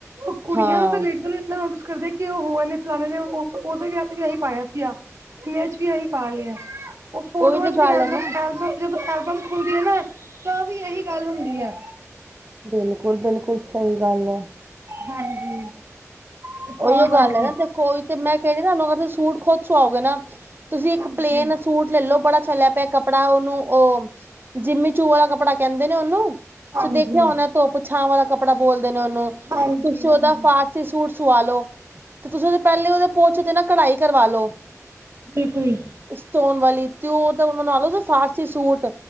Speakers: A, on the right (about 60°); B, on the right (about 40°).
A: ਉਹ ਕੁੜੀਆ
B: ਹਾਂ
A: ਨੂੰ ਤੇ ਲੇਡੀਸਾ ਨੂੰ ਨੋਟਿਸ ਕਰਦੇ ਕਿ ਉਹ ਹੋ ਏਨੇ ਫਲਾਣੇ ਨੇ ਉਹ ਉਹਦੇ ਵਿਆਹ ਤੇ ਵੀ ਉਹੀ ਪਾਇਆ ਸੀਆ। ਇੰਨੇ ਅੱਜ ਵੀ ਇਹੀ ਪਾ ਲਿਆ। ਉਹ ਫੋਟੋਆ
B: ਉਹੀ ਤੇ
A: ਚ ਵੀ
B: ਗੱਲ
A: ਐਲਬਮ-ਐਲਬਮ
B: ਹੈ ਨਾ
A: ਜਦੋ ਖੁੱਲਦੀ ਹੈ ਨਾ ਤਾ ਵੀ ਇਹੀ ਗੱਲ ਹੁੰਦੀ ਹੈ।
B: ਬਿਲਕੁਲ-ਬਿਲਕੁਲ ਸਹੀ ਗੱਲ ਹੈ।
A: ਹਾਂਜੀ ਤੇ ਤਾਂ
B: ਓਹੀਓ
A: ਕਰਕੇ
B: ਗੱਲ ਹੈ ਨਾ ਦੇਖੋ ਉਹੀ ਤੇ ਮੈਂ ਕਹਿ ਰਹੀ ਤੁਹਾਨੂੰ ਤੁਸੀ ਸੂਟ ਖੁਦ ਸਵਾਓਗੇ ਨਾ ਤੁਸੀਂ ਇੱਕ
A: ਹਾਂਜੀ
B: ਪਲੇਨ ਸੂਟ ਲੈਲੋ ਬੜਾ ਚੱਲਿਆ ਪਿਆ ਕੱਪੜਾ ਉਹਨੂੰ ਉਹ ਜਿੰਮੀ ਚੂਹ ਵਾਲਾ ਕੱਪੜਾ ਕਹਿੰਦੇ ਨੇ ਉਹਨੂੰ। ਤੁਸੀ
A: ਹਾਂਜੀ,
B: ਦੇਖਿਆ ਉਹਨਾ ਧੋਪ ਛਾ ਵਾਲਾ ਕੱਪੜਾ ਬੋਲਦੇ ਨੇ ਉਹਨੂੰ
A: ਹਾਂਜੀ,
B: ਤੁਸੀਂ
A: ਹਾਂਜੀ।
B: ਉਹਦਾ ਫਾਰਸੀ ਸੂਟ ਸੁਆ ਲੋ ਤੇ ਤੁਸੀ ਉਹਦੇ ਪਹਿਲੇ ਉਹਦੇ ਪੋਚੇ ਤੇ ਨਾ ਕਢਾਈ ਕਰਵਾ ਲੋ।
A: ਬਿਲਕੁਲ
B: ਸਟੋਨ ਵਾਲੀ ਤੇ ਉਹ ਤਾ ਉਹ ਬਨਵਾ ਲੋ ਫਾਰਸੀ ਸੂਟ।